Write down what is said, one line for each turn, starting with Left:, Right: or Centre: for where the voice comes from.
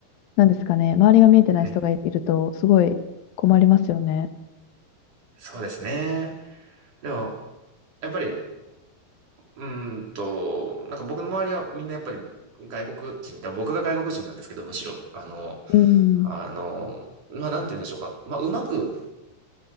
Left: なんですかね、周りが見えてない人がいると、
Right: はい。
Left: すごい困りますよね。
Right: そうですね。でも、やっぱり、うーんと、なんか僕の周りはみんなやっぱり外国人、で僕が外国人なんですけど、むしろ、あの、
Left: うん。
Right: あの、まあ、なんて言うんでしょうか。まあ、うまく、